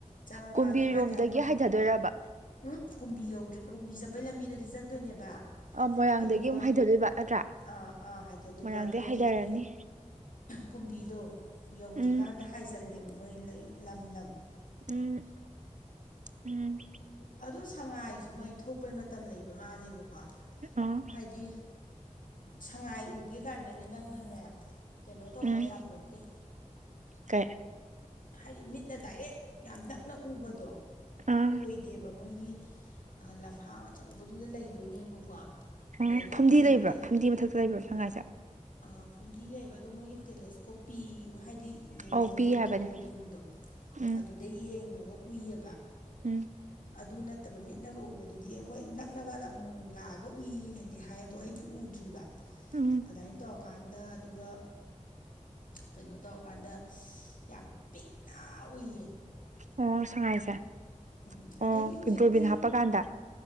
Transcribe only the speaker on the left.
ꯆꯪꯉꯀꯥꯟꯗ
ꯀꯥꯏ ꯀꯥꯏꯅꯣ
ꯎꯝ ꯀꯨꯝꯕꯤ ꯌꯧꯗ꯭ꯔꯤ ꯀꯨꯝꯕꯤ ꯆꯠꯄꯩ ꯂꯝꯕꯤꯗꯗꯤ ꯆꯠꯇꯣꯏꯅꯦꯕ
ꯑꯗꯨꯒ
ꯑꯥ ꯑꯥ ꯍꯥꯏꯖꯗꯣꯏꯕ
ꯑꯗꯨꯒ
ꯃꯣꯏꯒꯤ ꯀꯨꯝꯕꯤꯗꯣ ꯌꯧꯗ꯭ꯔꯤꯀꯥꯟꯗ
ꯍꯥꯏꯖꯤꯜꯂꯦꯕ ꯃꯣꯏ ꯂꯩ ꯂꯝ ꯂꯝ
ꯑꯗꯣ ꯁꯉꯥꯏꯁꯖꯨ ꯃꯣꯏ ꯊꯣꯛꯄꯩ ꯃꯇꯝ ꯂꯩꯕ ꯃꯥꯜꯂꯦꯕ ꯀꯣ
ꯍꯥꯏꯗꯤ ꯁꯉꯥꯏ ꯎꯒꯦ ꯀꯥꯏꯅꯅꯦ ꯅꯪꯅꯅꯦ ꯀꯩꯅꯣ ꯇꯧꯕ
ꯌꯥꯄꯣꯟꯣꯟꯇꯦ
ꯍꯥꯏꯗꯤ ꯃꯤꯠꯅ ꯗꯥꯏꯔꯦꯛ ꯌꯥꯝ ꯅꯛꯅ ꯎꯕꯗꯣ
ꯑꯣꯏꯗꯦꯕ ꯃꯣꯏꯒꯤ ꯂꯝꯍꯥꯡ ꯑꯆꯧꯕꯗꯨꯗ ꯂꯩꯗꯣꯏꯅꯦꯕꯀꯣ
ꯂꯩꯔꯀꯥꯟꯗ
ꯃꯣꯏꯒꯤ
ꯑ ꯐꯨꯝꯗꯤ ꯂꯩꯌꯦꯕ ꯑꯗꯣ ꯃꯣꯏꯒꯤ ꯇꯦꯂꯦꯁꯀꯣꯞꯄꯤ ꯍꯥꯏꯗꯤ ꯌꯦꯡꯅꯕꯗꯣ
ꯗꯣꯔꯣꯕꯤꯟꯗꯣ
ꯑꯗꯨꯗ ꯌꯦꯡꯉꯒ ꯎꯏꯌꯦꯕ
ꯑꯗꯨ ꯅꯠꯇꯕ ꯃꯤꯠꯅꯒ ꯎꯕꯗꯨꯗꯤ ꯍꯣꯏ ꯅꯛꯅꯒ ꯑꯃꯨꯛ ꯂꯥꯛꯑꯒ ꯎꯏ ꯍꯥꯏꯗꯤ ꯍꯥꯏ ꯑꯗꯣ ꯑꯩꯗꯤ ꯎꯗ꯭ꯔꯤꯕ
ꯑꯗꯥꯏꯅ ꯇꯧꯔꯀꯥꯟꯗ ꯑꯗꯨꯒ ꯀꯩꯅꯣ ꯇꯧꯔꯀꯥꯟꯗ ꯌꯥꯝ ꯄꯤꯛꯅ ꯎꯏꯌꯦ
ꯎꯝ
ꯑꯗꯒꯤ ꯍꯧꯖꯤꯛꯇꯤ